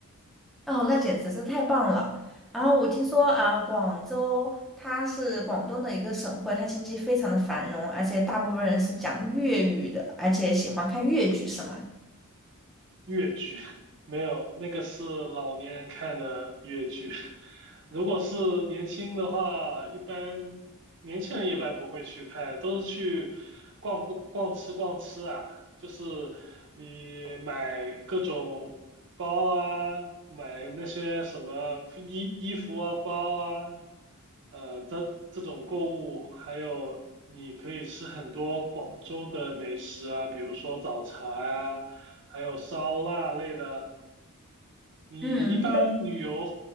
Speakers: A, in the centre; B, on the right (about 55°).
A: 哦，那简直是太棒了。然后我听说啊，广州它是广东的一个省会，它经济非常的繁荣，而且大部分人是讲粤语的，而且喜欢看粤剧，是吗？
B: 粤剧 <laughs> 没有，那个是老年人看的粤剧。<laughs> 如果是年轻的话，一般年轻人一般不会去看，都是去逛逛逛吃逛吃啊，就是你买各种包啊，买那些什么衣衣服啊、包啊，呃，这这种购物，还有你可以吃很多广州的美食啊，比如说早茶呀、还有烧腊类的。你一般旅游，
A: 嗯，